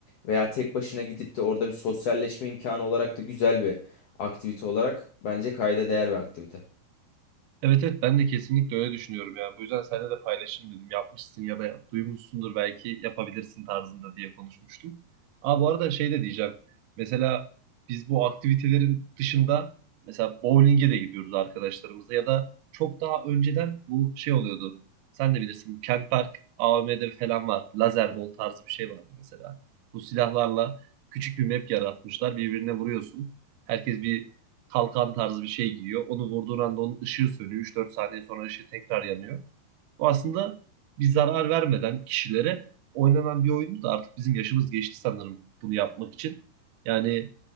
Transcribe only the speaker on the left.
veya tek başına gidip de orada bir sosyalleşme imkanı olarak da güzel bir aktivite olarak bence kayda değer bir aktivite.